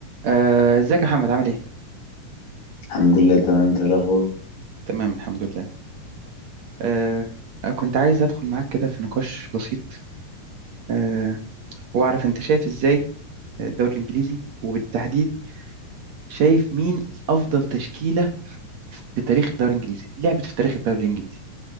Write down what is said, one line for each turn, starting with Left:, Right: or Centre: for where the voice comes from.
Right: آه، ازيك يا محمد عامل ايه؟
Left: الحمد لله تمام ده الأخبار
Right: تمام الحمد لله آه، كنت عايز ادخل معاك كده في نقاش بسيط آه، واعرف انت شايف ازاي الدوري الانجليزي وبالتحديد شايف مين افضل تشكيلة في تاريخ الدوري الانجليزي لعبت في تاريخ الدوري الانجليزي